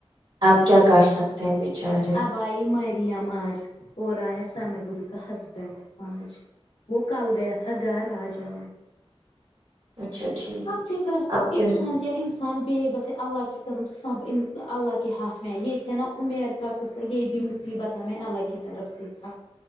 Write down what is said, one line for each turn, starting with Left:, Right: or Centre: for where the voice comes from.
Right: آپ کیا کر سکتے ہیں بچارے
Left: بائی مریم اج اور آیا سمدین کاہ ہسبنڈ ماج وہ کل گیا تھا گھر آج آ
Right: اچھا ٹھیک
Left: ابچ گس
Right: اب کیا
Left: انسان کہ انسان بے بس اللہ کی قسم سب انا اللہ کے ہاتھ میں یہ تھے نا عمیر کا قصہ یہ بھی مصیبت ہمیں اللہ کی طرف سے تھا